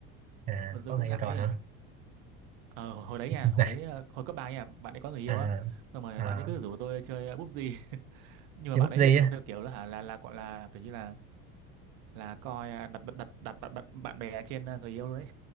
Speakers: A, on the right; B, on the right.
A: à
B: Nên tôi
A: có
B: cũng
A: người
B: ngại
A: yêu rồi
B: ấy.
A: hả
B: Ờ, hồi hồi đấy nha
A: <laughs>
B: hồi
A: này
B: đấy ờ, hồi cấp ba nha bạn ấy có người yêu
A: à,
B: á xong rồi
A: à
B: bạn ấy cứ rủ tôi chơi ờ, búp gì <laughs> nhưng
A: chơi
B: mà bạn
A: PUBG
B: ấy thì
A: á
B: thuộc theo kiểu là hả là là gọi là kiểu như là là coi à, đặt đặt đặt đặt bạn bạn bạn bè trên à, người yêu luôn đấy